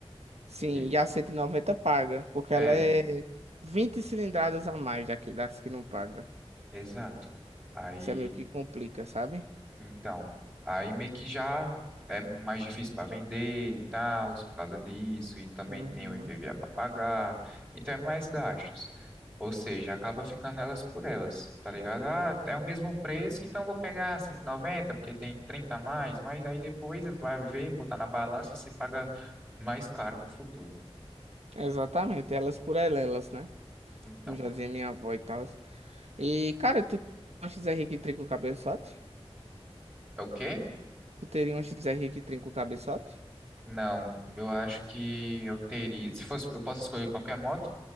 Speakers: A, on the right (about 80°); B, on the right (about 20°).
A: Sim,
B: E-
A: e a 190 paga, porque
B: É,
A: ela é 20 cilindradas a mais daqui, das que não paga.
B: exato. Aí
A: Isso é meio que complica, sabe?
B: Então, aí meio que já é mais difícil para vender e tal, por causa disso, e também
A: uhum.
B: tem o IPVA para pagar, então é mais gastos. Ou seja, acaba ficando elas por elas, tá ligado? Ah, é o mesmo preço, então eu vou pegar 190 porque tem 30 a mais, mas aí depois vai ver, botar na balança e você paga mais caro no futuro.
A: Exatamente, elas por elas, né?
B: Então,
A: Como já dizia minha avó e tal. E, cara, tu tem uma XR que trinca o cabeçote?
B: é o quê?
A: Tu teria uma XR que trinca o cabeçote?
B: Não, eu acho que eu teria. Se fosse, eu posso escolher qualquer moto,